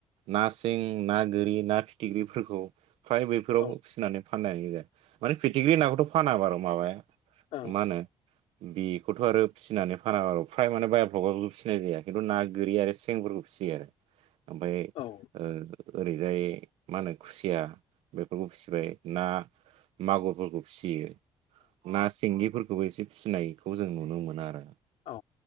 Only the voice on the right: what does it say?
ना सें, ना गोरि, ना फिथिख्रिफोरखौ फ्राय बैफोराव
फिसिनानै फाननायानो गोजा माने फिथिख्रि नाखौथ' फाना बारू माबाया
मा होनो बेखौथ' आरो फिसिनानै फाना बारु फ्राय माने बायफ्लबाव बेखौ फिसि- या खिन्थु ना गोरि आरो सेंफोरखौ फिसियो आरो ओमफाय
ओ ओरैजाय मा होनो खुसिया बेफोरखौ फिसिबाय ना मागुरफोरखौ फिसियो ना सिंगिफोरखौबो एसे फिसिनायखौ जों नुनो मोनो आरो